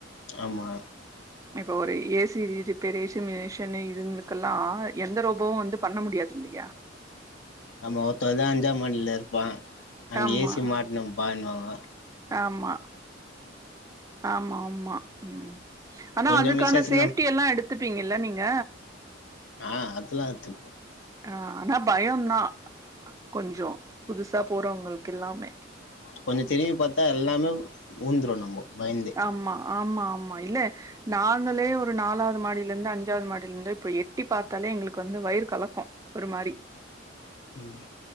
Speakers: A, on the left; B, on the right.
A: ஆமா
B: இப்போ ஒரு ஏ சி ரிப்பேர் மிஷன் இதுங்கக்கெல்லாம் நா எந்த ரோபும் வந்து பண்ண முடியாது இல்லையா
A: ஆமா ஒருத்தவதா அஞ்சா மாடில ப்பா அங்க
B: ஆமா
A: ஏசி மாட்டினம்ப்பானுவாங்க ப
B: ஆமா ஆமா ஆமா ம் ஆனா
A: கொஞ்சோ
B: அதுக்கான
A: மிஸ் ஆச்சுனா
B: சேஃப்டி எல்லா எடுத்துப்பீங்க ல நீங்க
A: ஆ அதுல்லா எத்துப்போ
B: ஆ ஆனா பயோ தா கொஞ்சோ புதுசா போறவங்களுக்கு எல்லாமே
A: கொஞ்சோ திரும்பி பாத்தா எல்லாமே உந்துரு நம்போ பயந்தே
B: ஆமா ஆமா ஆமா இல்ல நாங்களே ஒரு நாலாவது மாடிலருந்து அஞ்சாவது மாடியிலருந்து இப்ப எட்டி பாத்தாலே எங்களுக்கு வந்து வயிறு கலக்கு ஒரு மாரி
A: ம்